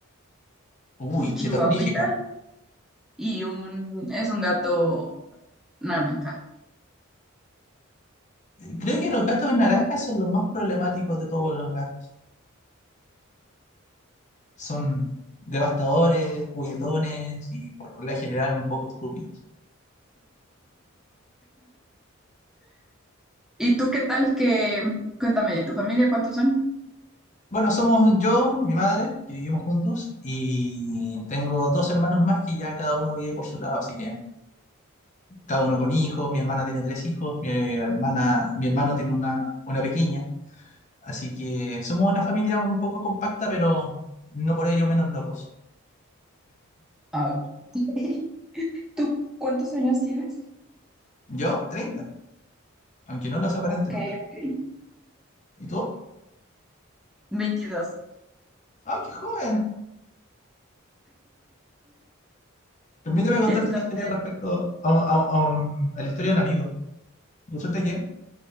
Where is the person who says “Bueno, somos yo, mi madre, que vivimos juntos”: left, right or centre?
Left